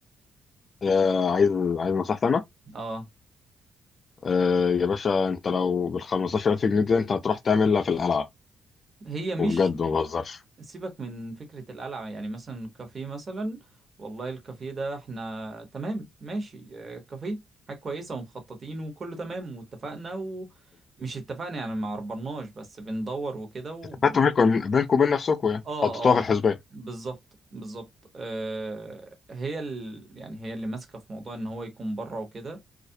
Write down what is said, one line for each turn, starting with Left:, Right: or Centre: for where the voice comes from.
Left: آه، عايز عايز نصيحتي انا
Right: اه
Left: آه يا باشا انت لو بال 15000 جنيه دي انت هتروح تعملها في القلعه
Right: هي مش
Left: وبجد ما بهزرش
Right: سيبك من فكرة القلعة يعني مثلا كافيه مثلا والله الكافيه ده احنا تمام ماشي آه، كافيه حاجة كويسة ومخططين وكله تمام واتفقنا ومش اتفقنا يعني ما عربناش بس بندور وكده
Left: اتفقتوا بينكم بينكم وبين نفسكم يعني
Right: اه
Left: حطيتوها في
Right: اه
Left: الحسبان
Right: ده- بالظبط بالظبط آه هي ال... يعني هي اللي ماسكه في موضوع ان هو يكون بره وكده